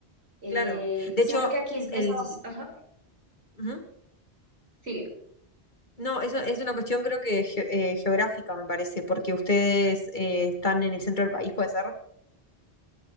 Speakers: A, on the right (about 75°); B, on the left (about 45°).
A: Eh,
B: claro. De
A: sí,
B: hecho,
A: Claro, porque aquí es, es- pero
B: el...
A: es- ajá,
B: ujú.
A: sigue.
B: No, eso es una cuestión creo que ge- eh, geográfica, me parece, porque ustedes eh, están en el centro del país, ¿puede ser?